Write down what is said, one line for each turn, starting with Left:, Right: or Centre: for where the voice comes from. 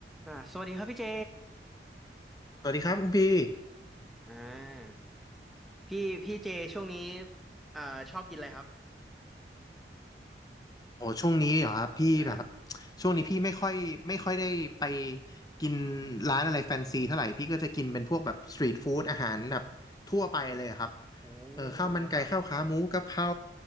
Centre: อ่าสวัสดีครับพี่เจ
Left: สวัสดีครับคุณพี่
Centre: อ่าพี่พี่เจช่วงนี้อ่าชอบกินอะไรครับ
Left: โอ้ช่วงนี้เหรอครับพี่แบบ
Centre: ใช่ครับ
Left: ช่วงนี้พี่ไม่ค่อยไม่ค่อยได้ไปกินร้านอะไรแฟนซีเท่าไหร่พี่ก็จะกินเป็นพวกแบบสตรีทฟู้ดอาหารแบบทั่วไปเลยครับ
Centre: โอ้
Left: เออข้าวมันไก่ข้าวขาหมูกะเพรา
Centre: แล้วครับ